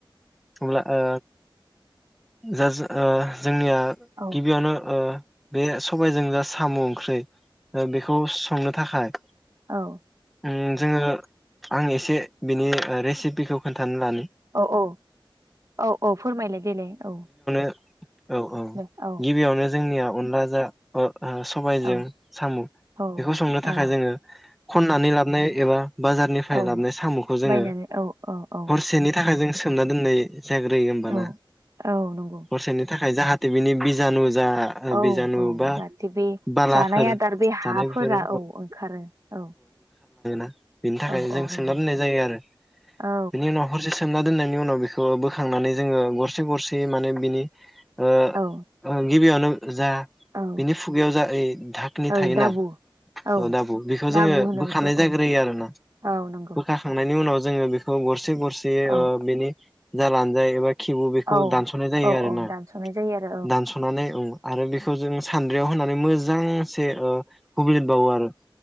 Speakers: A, in the centre; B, on the right.
A: अब्ला ओ जा ओ जोंनिया
B: औ
A: गिबियावनो ओ बे सबायजों जा साम' ओंख्रि ओ बेखौ संनो थाखाय
B: औ
A: उम जोङो आं एसे बिनि रेसिपिखौ खोन्थानो लानि
B: औ औ औ औ फोरमायलाय देलाय औ
A: <inaudible> औ औ
B: दे औ
A: गिबियावनो जोंनिया अनला जा ओ ओ सबायजों
B: औ
A: साम'
B: औ
A: बेखौ संनो थाखाय
B: औ
A: जोङो खन्नानै लाबोन एबा बाजारनिफ्राय
B: औ
A: लाबोनाय साम'खौ जोङो
B: बायनानै औ औ औ
A: हरसेनि थाखाय जों सोमना दोननाय जाग्रोयो होमबाना
B: औ औ नंगौ
A: हरसेनि था खाय जाहाथे बिनि बिजानु जा ओ,
B: औ
A: बिजानु
B: औ
A: बा
B: जाहाथे बे
A: बालाफोर
B: जानाय आदार बे
A: जानाय
B: हाफोरा
A: बेफोरो
B: औ ओंखारो औ
A: <inaudible> बिनि थाखाय
B: औ
A: जों
B: औ नंगौ
A: सोनना दोननाय जायो आरो
B: औ
A: बिनि उनाव हरसे सोमना दोननायनि उनाव बेखौ बोखांनानै जोङो गरसे गरसे माने बिनि ओ
B: औ
A: गिबियावनो जा
B: औ
A: बिनि खुगायाव जा ओइ धाकनि
B: औ
A: थायोना
B: दाबु औ
A: दाब' बेखौ जोङो
B: दाबु होनो
A: बोखानाय
B: बेखौ
A: जाग्रोयो
B: औ
A: आरो ना
B: औ नंगौ
A: बोखाखांनायनि उनाव जोङो बेखौ गर गरसे गरसे
B: औ
A: ओ बिनि जा लानजाय एबा खेबु बेखौ
B: औ
A: दानस'नाय जायो
B: औ
A: आरोना
B: औ दानस'नाय जायो आरो
A: दानस'नानै औ आरो बेखौ जों सानद्रियाव होननानै मोजांसे ओ हुब्लिदबावो आरो